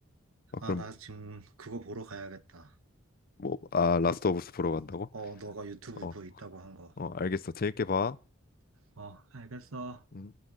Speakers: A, on the left (about 45°); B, on the right (about 80°).
A: 아,
B: 아,
A: 그럼
B: 나 지금 그거 보러 가야겠다.
A: 뭐 아 라스트 오브 스 보러 간다고?
B: 어, 너가 유튜브
A: 어
B: 그거 있다고 한 거.
A: 어 알겠어. 재밌게 봐.
B: 어, 알겠어.
A: 음.